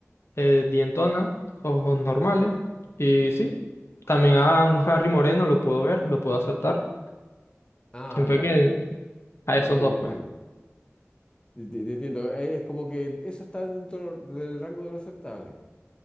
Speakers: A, on the left; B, on the left.
A: eh, dientona, ojos normales. Y sí, también a un Harry moreno lo puedo ver, lo puedo aceptar.
B: Ah,
A: Siempre
B: ya,
A: que a
B: entiende,
A: esos dos, pues.
B: entiende. Te, te- te entiendo, Eh, es como que eso está dentro del rango de lo aceptable.